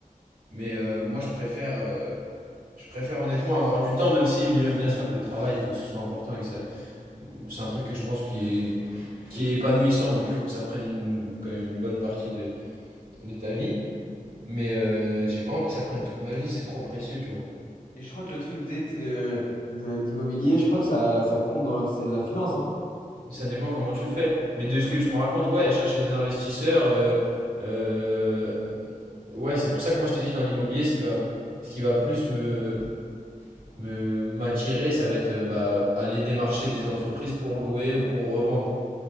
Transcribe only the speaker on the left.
Et je crois que le truc des- t'es de, de, l'immobilier je crois que ça, ça compte dans c'est de la finance, hein.